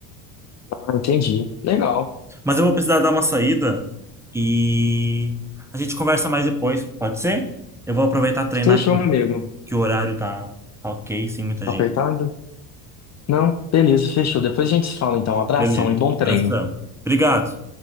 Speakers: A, on the left (about 35°); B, in the centre.
A: Ah, entendi. Legal.
B: Mas eu vou precisar dar uma saída e a gente conversa mais depois, pode ser? Eu vou aproveitar treinar
A: Fechou, amigo.
B: que o horário tá tá ok, sem muita
A: Apertado?
B: gente.
A: Não? Beleza, fechou. Depois a gente se fala, então. Um Abração
B: Beleza.
A: e bom treino.
B: Abração. Obrigado.